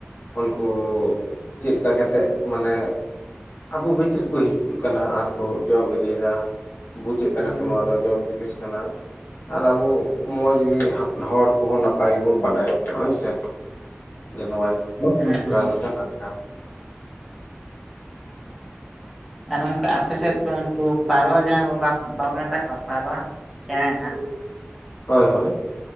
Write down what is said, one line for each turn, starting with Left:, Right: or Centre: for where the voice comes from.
Left: ᱩᱱᱠᱩ ᱪᱮᱫ ᱞᱮᱠᱟ ᱠᱟᱛᱮᱫ ᱢᱟᱱᱮ᱾ ᱟᱵᱚ ᱵᱤᱪ ᱨᱤᱠᱚ ᱦᱤᱡᱩᱜ ᱠᱟᱱᱟ ᱟᱨ ᱠᱚ ᱡᱚᱢ ᱤᱫᱤᱭᱮᱫᱟ᱾ ᱵᱩᱡᱮᱜ ᱠᱟᱱᱟ
Centre: ᱦᱩᱸ
Left: ᱠᱚ ᱱᱚᱣᱟ ᱫᱚ ᱡᱚᱢ ᱡᱤᱱᱤᱥ ᱠᱟᱱᱟ᱾ ᱟᱨ ᱟᱵᱩ ᱢᱚᱸᱡᱽ ᱜᱤ ᱦᱚᱲ ᱠᱚᱦᱚᱸ ᱱᱟᱯᱟᱭ ᱜᱮᱵᱩᱱ ᱵᱟᱰᱟᱭᱚᱜ ᱦᱳᱭ ᱥᱮ <unintelligible>
Centre: ᱦᱩᱸ ᱟᱨ ᱱᱚᱝᱠᱟ ᱟᱯᱮ ᱥᱮᱫ ᱫᱚ ᱩᱝᱠᱩ ᱯᱟᱨᱣᱟ ᱡᱟᱦᱟᱸ ᱵᱟᱚ ᱢᱮᱛᱟ ᱠᱚᱣᱟ ᱯᱟᱨᱣᱟ᱾ ᱪᱮᱸᱬᱮᱸ ᱱᱟᱜ᱾
Left: ᱦᱳᱭᱼᱦᱳᱭ